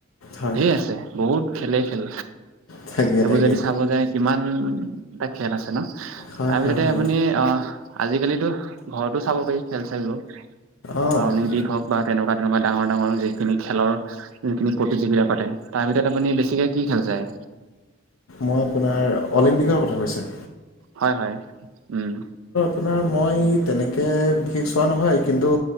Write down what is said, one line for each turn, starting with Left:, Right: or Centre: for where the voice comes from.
Left: হয়
Right: ঢেৰ আছে বহুত খেলেই খেল
Left: তাকে
Right: সেইবোৰ
Left: তাকে
Right: যদি চাব যায় কিমান ত আছে ন।
Left: হয়
Right: তাৰপিছতে
Left: হয় হয়
Right: আপুনি অ আজিকালিতো ঘৰতো চাব পাৰি খেল চেলবোৰ।
Left: অঁ
Right: বা অলিম্পিক হওঁক বা তেনেকোৱা- তেনেকোৱা ধৰণৰ ডাঙৰ- ডাঙৰ যিখিনি খেলৰ যিখিনি প্ৰতিযোগিতা পাতে তাৰ ভিতৰত আপুনি বেছিকে কি খেল চায়
Left: মই আপোনাৰ অলিম্পিকৰ কথা কৈছো।
Right: হয়- হয় উম।
Left: আপোনাৰ মই তেনেকৈ বিশেষ চোৱা নহয় কিন্তু